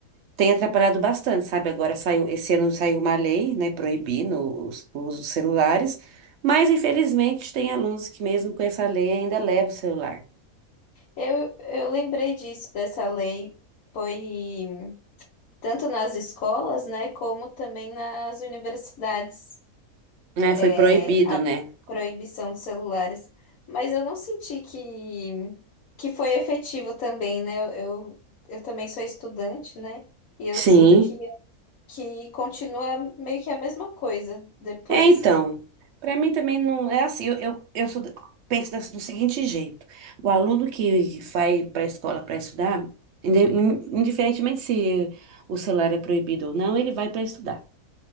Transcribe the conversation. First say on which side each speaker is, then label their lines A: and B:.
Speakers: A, on the right (about 60°); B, on the left (about 70°).
A: tem atrapalhado bastante, sabe? Agora saiu, esse ano saiu uma lei, né, proibindo os, os celulares, mas infelizmente tem alunos que mesmo com essa lei ainda levam o celular,
B: Eu, eu lembrei disso, dessa lei, foi tanto nas escolas, né, como também nas universidades.
A: né?
B: é,
A: Foi proibido,
B: a
A: né?
B: proibição de celulares, mas eu não senti que, que foi efetivo também, né? Eu, eu, eu também sou estudante, né? E eu
A: Sim.
B: sinto que, que continua meio que a mesma coisa depois.
A: É, então, para mim também não é assim. Eu, eu, eu sou da- penso desse- do seguinte jeito: o aluno que vai para a escola para estudar, inde- in- indiferentemente se o celular é proibido ou não, ele vai para estudar.